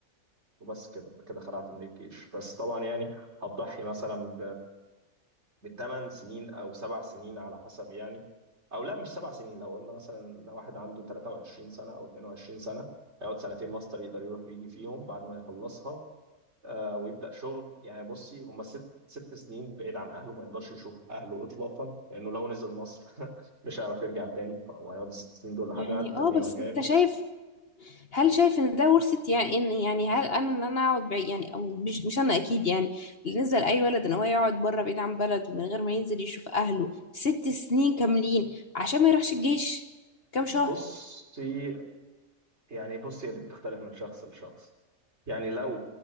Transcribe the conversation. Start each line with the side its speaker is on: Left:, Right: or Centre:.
Right: وبس كده انت كده خلعت من الجيش بس طبعا يعني هتضحي مثلا ب 8 سنين او 7 سنين على حسب يعني او لا مش 7 سنين لو قلنا مثلا لو واحد عنده 23 سنه او 22 سنه هيقعد سنتين ماستر يقدر يروح ويجي فيهم بعد ما يخلصها آه، ويبدا شغل يعني بصي هم ست ست سنين بعيد عن اهله ما يقدرش يشوف اهله اطلاقا لانه لو نزل مصر <laughs> مش هيعرف يرجع تاني وهيقعد الست سنين دول لحد
Left: يعني
Right: ما يعدي 30
Left: اه بس
Right: غير
Left: انت شايف هل شايف ان ده ورثة يعني ان يعني هل انا ان انا اقعد بعيد يعني او مش مش انا اكيد يعني اللي نزل اي ولد ان هو يقعد بره بعيد عن بلده من غير ما ينزل يشوف اهله ست سنين كاملين عشان ما يروحش الجيش كام شهر
Right: بصي يعني بص هي دي بتختلف من شخص لشخص يعني لو